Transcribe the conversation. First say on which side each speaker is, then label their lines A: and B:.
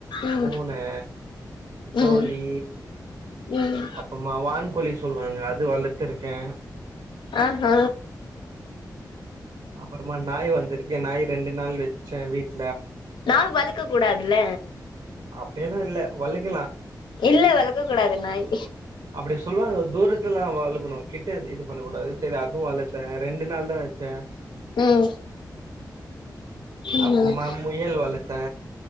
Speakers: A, on the left; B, on the right.
A: ம்
B: பூனை கோழி
A: ம் ம்
B: அப்பமா வான் கோழி சொல்லுவாங்க அது வளத்துருக்கேன்
A: ஆஹ
B: அப்பறமா நாய் வந்திருக்கேன் நாய் ரெண்டு நாள் வச்சேன் வீட்
A: நாள்வளக்க கூடாது இல்ல
B: அப்டியெல்லா இல்ல வளக்கலா
A: இல்ல வளக்க கூடாது நாய்
B: அப்டி சொல்லுவாங்க தூரத்துல்லா வளக்கனும் கிட்ட இது இது பண்ணக்கூடாது சரி அதுவும் வளத்தேன் ரெண்டு நாள் தான் வச்சேன்
A: ம் ம்
B: அப்றமா முயல் வளத்தே